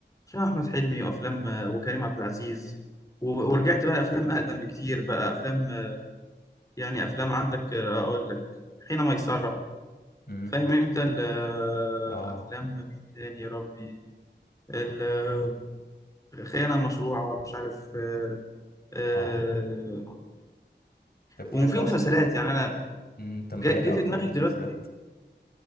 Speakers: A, on the left; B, on the left.
A: افلام احمد حلمي وافلام آه، وكريم عبد العزيز و- ورجعت بقى افلام اقدم بكتير بقى افلام آه، يعني افلام عندك آه، اقول لك حين ميسرة
B: امم
A: فاهم انت ال- آه،
B: اه
A: افلام مين تاني يا ربي ال- آه، الخيانة المشروعة مش عارف آه، آه،
B: اه انت بتحب
A: وفي
B: اصلا
A: مسلسلات يعني انا
B: مم، انت ميال
A: جا- جه
B: اكتر
A: في دماغي
B: للمسلسلات
A: دلوقتي